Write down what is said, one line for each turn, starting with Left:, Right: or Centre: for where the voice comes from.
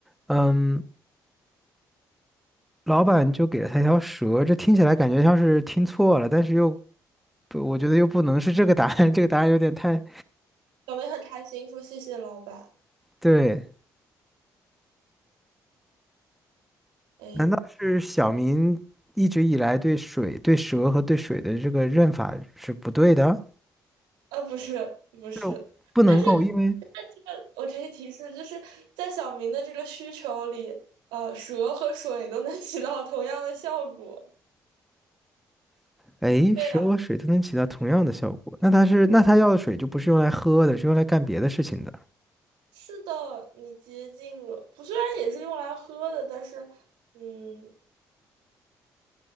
Centre: 嗯，老板就给了他一条蛇，这听起来感觉像是听错了，但是又不，我觉得又不能是这个答案，<laughs> 这个答案有点太，
Right: 小明很开心，说谢谢老板。
Centre: 对。
Right: 哎，
Centre: 难道是小明一直以来对水、对蛇和对水的这个认法是不对的？
Right: 呃，不是，不是，
Centre: 就不能够，
Right: 但是
Centre: 因为
Right: 呃我给你提示，就是在小明的这个需求里，呃，蛇和水都能起到同样的效果。
Centre: 哎，
Right: 对呀，
Centre: 蛇和水都能起到同样的效果，那它是那它要的水就不是用来喝的，是用来干别的事情的。
Right: 是的，你接近了。不，虽然也是用来喝的，但是，嗯，